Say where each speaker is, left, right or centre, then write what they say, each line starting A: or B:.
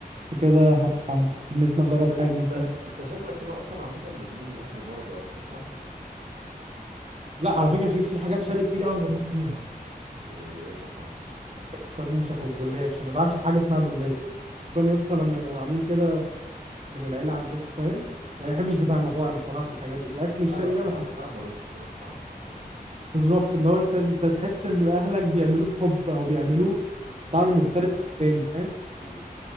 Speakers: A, on the right; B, on the right.
A: انت كده هت- هتحمسني
B: بس
A: اجرب
B: بس
A: حاجه أنا
B: انت
A: مش عارف.
B: انت شكلك كده اصلا عامه بتميل للاكل الغربي اكتر صح
A: لا على فكره في في حاجات شرقي كتير قوي بموت فيها
B: زي ايه مثلا
A: السموسك والجلاش انا بعشق حاجه اسمها جلاش خصوصا يا اسطى لما يبقى معمول
B: ماشي.
A: كده من العيله عندكم فاهم يعني ما بحبش بتاع المطاعم بصراحه في الحاجات دي الاكل الشرقي
B: لا لا بتاع
A: ده بحب
B: المطاعم ملوش ملوش طعم بصراحه
A: بالظبط اللي هو انت انت تحس ان اهلك بيعملوه بحب او بيعملوه طعم
B: آه،
A: مختلف عن التاني فاهم
B: اكيد